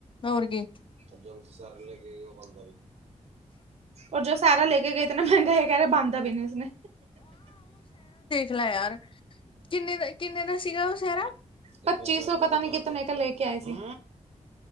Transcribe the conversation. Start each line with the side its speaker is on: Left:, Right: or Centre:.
Left: ਹੋਰਗੀ।
Right: ਅਜਤ ਸਾਰੇ ਲ ਕੇ ਬੰ ਰ ਜੋ ਸਾਰਾ ਲੈ ਕੇ ਗਏ ਇਤਨਾ ਮਹਿੰਗਾ ਹੈ, ਕਹਿ ਰਹੇ ਬਾਂਧਦਾ ਵੀ ਨ ਉਸਨੇ,
Left: ਲ ਯਾਰ ਕਿੰਨੇ ਦਾ ਕਿੰਨੇ ਦਾ ਸੀਗਾ ਉਹ ਸਹਿਾਰ।
Right: ਪੱਚੀ ਸੌ, ਪਤਾ ਨੀ ਕਿਤੋਂ ਨੇ ਲੈ ਕੇ ਆਏ ਸੀ।